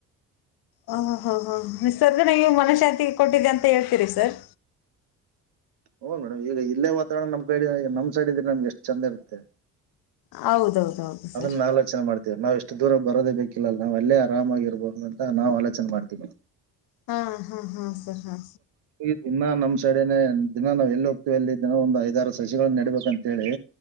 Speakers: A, on the left; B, on the right.
A: ಹ ಹ ಹಾ ನಿರ್ಸಗ ನೀವು ಮನಶಾಂತಿಗೆ ಕೊಟ್ಟಿದ್ದ ಅಂತ ಹೇಳ್ತೀರಿ ಸರ್
B: ಹ್ ಮೇಡಮ ಈಗ ಇಲ್ಲೇ ವಾತಾವರಣ ನಮ್ ಕೈ ನಮ್ ಸೈಡ್ ಇದ್ರೆ ನಮಗೆ ಎಷ್ಟ ಚಂದ ಇರು ತ್ತೆ.
A: ಹೌದೌದೌದು.
B: ಅದನ್ನ
A: ಸರ್
B: ನಾಲ್ಕು. ಆಲಚನೆ ಮಾಡ್ತೀವಿ ನಾವು ಎಷ್ಟು ದೂರ ಬಾರೋದೇ ಬೇಕಿಲ್ಲ ಅ ನಾವು ಅಲ್ಲೇ ಆರಾಮಾಗಿರಬಹುದು ಅಂತ ನಾವು ಆಲೋಚನೆ ಮಾಡ್ತೀವಿ.
A: ಹು ಹುಹು ಹು
B: ಈ ದಿನ ನಮ್ ಸಡನೆ ದಿನ ನಾವ್ ಎಲ್ಲಿ ಹೋಗ್ತೀವಿ ಅಲ್ಲಿ ದಿನ ಒಂದ್ ಐದಾರು ಸಸಿಗಳ ನೆಡ್ಬೇಕ ಅಂತ ಹೇಳಿ.